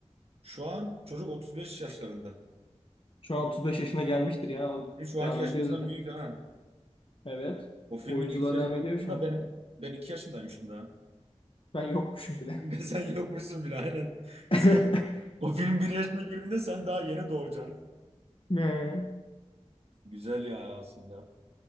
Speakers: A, on the right (about 60°); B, on the left (about 50°).
A: Şu an çocuk 35 yaşlarında.
B: Şu an 35 yaşına gelmiştir ya. O
A: E, Şu
B: Devam
A: anki yaşımızdan
B: ediyor zaten.
A: büyük ha.
B: Evet.
A: O filmin
B: Oyunculuğa
A: ilk serisi
B: devam ediyor
A: çıktığında
B: şu an.
A: benim ben 2 yaşındaymışım daha.
B: Ben yokmuşum bile.
A: <laughs> Sen yokmuşsun bile aynen.
B: <laughs>
A: <laughs> O film bir yaşına girdiğinde sen daha yeni doğacaksın.
B: He.
A: Güzel ya aslında.